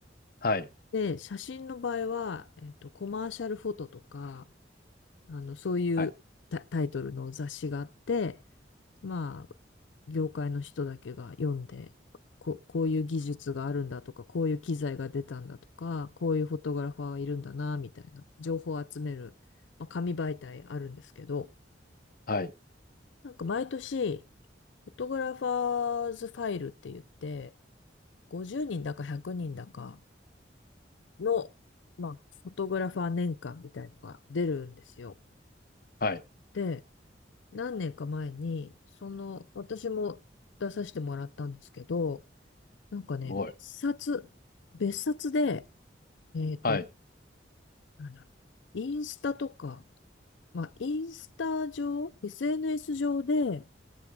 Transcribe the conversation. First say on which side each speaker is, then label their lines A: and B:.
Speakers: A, on the left; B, on the left.
A: はい、
B: で、写真の場合は、えっと、コマーシャルフォトとか、あの、そういうタ、
A: はい、
B: タイトルの雑誌があって、まあ、業界の人だけが読んで、こ、こういう技術があるんだとか、こういう機材が出たんだとか、こういうフォトグラファーがいるんだな、みたいな情報を集める、まあ、紙媒体あるんですけど、
A: はい、
B: なんか毎年、フォトグラファーズファイルって言って、50人だか100人だかの、まあ、フォトグラファー年間みたいのが出るんですよ。
A: はい。す
B: で、何年か前に、その、私も出させてもらったんですけど、なんかね、
A: ごい。
B: 別冊、別冊で、えっと、
A: はい、
B: なんだ、インスタとか、まあ、インスタ上、SNS 上で、